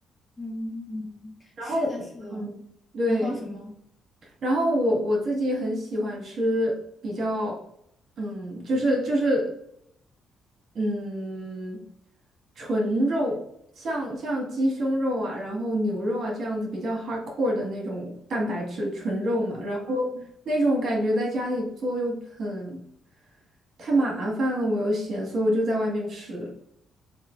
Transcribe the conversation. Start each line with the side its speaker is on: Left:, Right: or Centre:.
Left: 嗯嗯，
Right: 然后嗯，
Left: 是的，是的。
Right: 对，
Left: 然后什么？
Right: 然后我我自己很喜欢吃比较，嗯，就是就是。嗯，纯肉，像像鸡胸肉啊，然后牛肉啊这样子比较 hardcore 的那种蛋白质纯肉嘛，然后那种感觉在家里做又很太麻烦了，我又嫌，所以我就在外面吃。